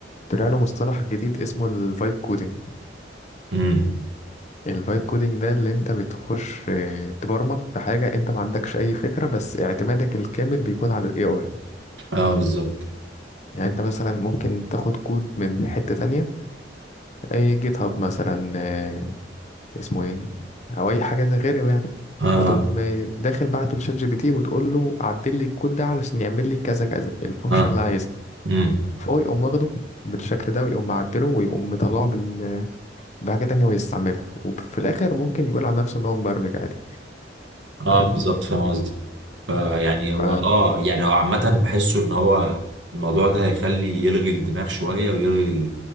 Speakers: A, on the left; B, on the right.
A: طلع له مصطلح جديد اسمه الفايب كودينج
B: <laughs> مم.
A: الفايب كودينج ده اللي انت بتخش آه، تبرمج في حاجة انت ما عندكش اي فكرة بس اعتمادك الكامل بيكون على الاي اي
B: اه بالظبط
A: يعني انت مثلا ممكن تاخد كود من حتة تانية اي جيت هاب مثلا آه، اسمه ايه او اي حاجة غيره يعني
B: اه
A: فتقوم آه، داخل بعته لشات جي بي تي وتقول له عدل لي الكود ده علشان يعمل لي كذا كذا الفانكشن
B: اه
A: اللي عايزها
B: امم
A: فهو يقوم واخده بالشكل ده ويقوم معدله ويقوم مطلعه بال... بحاجة تانية هو يستعملها وفي الآخر ممكن يقول على نفسه إن هو مبرمج عادي
B: اه
A: فاهم
B: بالظبط فاهم قصدي فيعني هو
A: ف
B: اه يعني هو عامة بحسه ان هو الموضوع ده هيخلي يلغي الدماغ شوية ويلغي